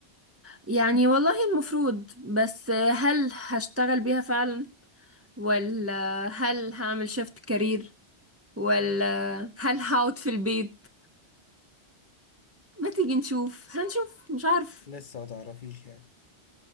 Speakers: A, on the right; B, on the left.
A: يعني والله المفروض بس آه، هل هشتغل بيها فعلا ولا هل هعمل شيفت كارير ولا هل هقعد في البيت ما تيجي نشوف هنشوف مش عارف
B: لسه ما تعرفيش يعني